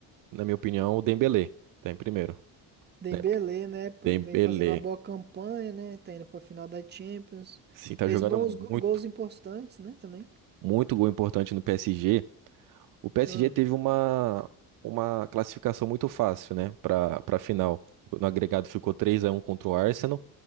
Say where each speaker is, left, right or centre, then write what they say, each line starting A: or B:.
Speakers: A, on the right; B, on the right.
A: na minha opinião, o Dembélé tá em primeiro,
B: Dembélé,
A: né? Porque
B: né? pô,
A: Dembélé,
B: Vem fazendo uma boa campanha, né? Tá indo pra final da Champions.
A: sim, tá
B: Fez
A: jogando
B: bons
A: muito,
B: go- gols importantes, né? Também.
A: muito gol importante no PSG. O PSG
B: Ah,
A: teve uma, uma classificação muito fácil, né, para para final. No agregado ficou 3 a um contra o Arsenal,